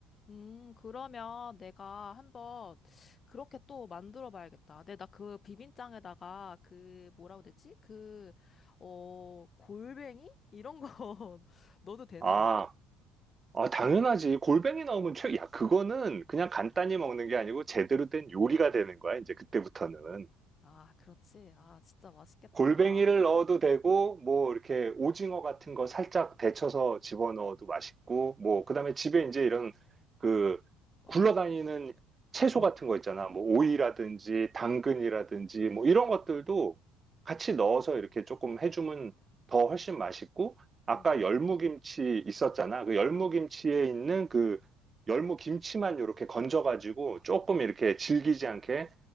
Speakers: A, on the left; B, on the right.
A: 음, 그러면 내가 한번 그렇게 또 만들어 봐야겠다. 근데 나 그 비빔장에다가 그 뭐라고 되지? 그, 어, 골뱅이? 이런 거 <laughs> 넣어도 되는
B: 아,
A: 건가?
B: 아, 당연하지. 골뱅이 나오면 최, 야, 그거는 그냥 간단히 먹는 게 아니고 제대로 된 요리가 되는 거야, 이제 그때부터는.
A: 아, 그렇지. 아, 진짜 맛있겠다.
B: 골뱅이를
A: 아.
B: 넣어도 되고, 뭐, 이렇게 오징어 같은 거 살짝 데쳐서 집어넣어도 맛있고, 뭐, 그 다음에 집에 이제 이런 그
A: 어,
B: 굴러다니는 채소
A: 어.
B: 같은 거 있잖아. 뭐, 오이라든지, 당근이라든지, 뭐, 이런 것들도 같이 넣어서 이렇게 조금 해주면 더 훨씬 맛있고, 아까
A: 음.
B: 열무김치 있었잖아. 그 열무김치에 있는 그 열무김치만 이렇게 건져가지고 조금 이렇게 질기지 않게